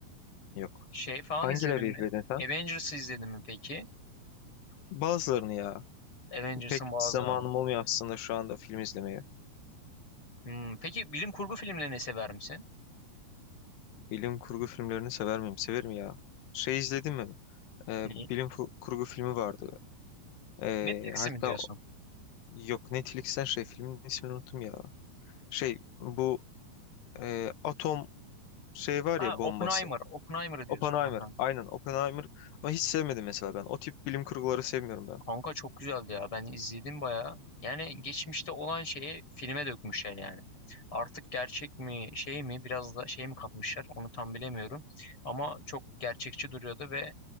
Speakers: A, on the left; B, on the left.
A: Yok.
B: Şey falan
A: Hangileri
B: izledin mi?
A: izledin sen?
B: Avengers'ı izledin mi peki?
A: Bazılarını ya.
B: Avengers'ın
A: Pek
B: bazılarını.
A: zamanım olmuyor aslında şu anda film izlemeye.
B: Hmm, peki bilim kurgu filmlerini sever misin?
A: Bilim kurgu filmlerini sever miyim? Severim ya. Şey izledin mi? Ee,
B: Neyi?
A: bilim fu- kurgu filmi vardı. Ee,
B: Matrix'i
A: hatta
B: mi diyorsun?
A: yok Netflix'ten şey filmin ismini unuttum ya. Şey bu e, atom şey var
B: Ha
A: ya
B: Oppenheimer.
A: bombası.
B: Oppenheimer'ı diyorsun
A: Oppenheimer.
B: kanka.
A: Aynen Oppenheimer. Ama hiç sevmedim mesela ben. O tip bilim kurguları sevmiyorum ben.
B: Kanka çok güzeldi ya. Ben izledim bayağı. Yani geçmişte olan şeyi filme dökmüşler yani. Artık gerçek mi şey mi biraz da şey mi katmışlar onu tam bilemiyorum. Ama çok gerçekçi duruyordu ve